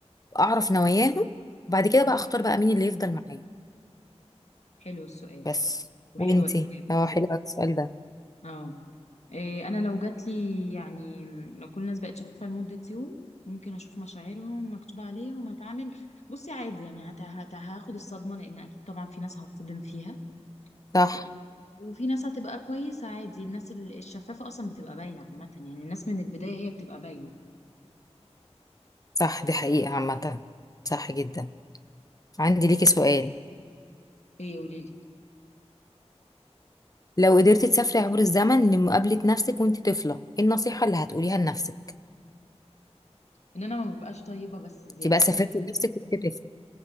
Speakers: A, on the left (about 30°); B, on the left (about 75°).
A: اعرف نواياهم وبعد كده بقى اختار بقى مين اللي يفضل معايا
B: حلو السؤال
A: بس
B: وحلوه
A: وانتي
B: الاجابه
A: اه حلو أوي السؤال ده
B: اه إيه، انا لو جات لي يعني لو كل الناس بقت شفافه لمده يوم ممكن اشوف مشاعرهم مكتوب عليهم هتعامل بصي عادي يعني هت... هت... هاخد الصدمه لان اكيد طبعا في ناس هتصدم فيها
A: صح
B: و- وفي ناس هتبقى كويسه عادي الناس ال- الشفافه اصلا بتبقى باينه عامه يعني الناس من البدايه هي بتبقى باينه
A: صح دي حقيقة عامة صح جدا عندي ليكي سؤال
B: ايه قولي لي
A: لو قدرتي تسافري عبر الزمن لمقابلة نفسك وانت طفلة ايه النصيحة اللي هتقوليها لنفسك
B: ان انا ما ببقاش طيبه بس زياده
A: تبقى سافرتي لنفسك وانت طفلة